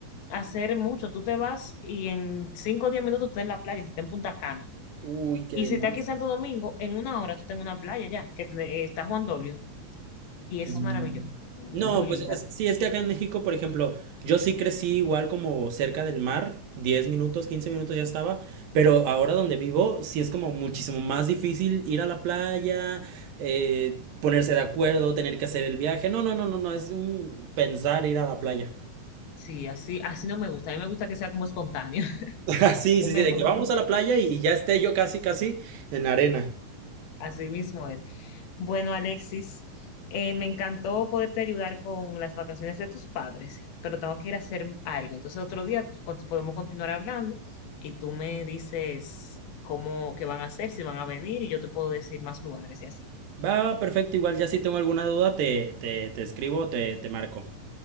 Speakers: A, on the left (about 85°); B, on the right (about 75°).
A: hacer mucho, tú te vas y en cinco o diez minutos tú estás en la playa, si estás en Punta Cana.
B: Uy, qué
A: Y
B: delicia.
A: si estás aquí en Santo Domingo, en una hora tú estás en una playa ya, que te- eh, está Juan Dolio, y es
B: Mm,
A: maravilloso, realmente,
B: No,
A: muy
B: pues
A: linda.
B: es- sí, es que acá en México, por ejemplo, yo sí crecí igual como cerca del mar, 10 minutos, 15 minutos ya estaba, pero ahora donde vivo sí es como muchísimo más difícil ir a la playa, eh, ponerse de acuerdo, tener que hacer el viaje. No, no, no, no, no, es un pensar ir a la playa.
A: Sí, así, así no me gusta, a mí me gusta que sea como espontáneo, <laughs>
B: <laughs> Sí,
A: es
B: sí,
A: mejor.
B: sí, de que vamos a la playa y, y ya esté yo casi, casi en la arena.
A: Así mismo es. Bueno, Alexis, eh, me encantó poderte ayudar con las vacaciones de tus padres, pero tengo que ir a hacer algo. Entonces, otro día tú- con- podemos continuar hablando y tú me dices cómo, qué van a hacer, si van a venir y yo te puedo decir más lugares y así.
B: Va, va, perfecto, igual ya si tengo alguna duda te, te, te escribo, te, te marco.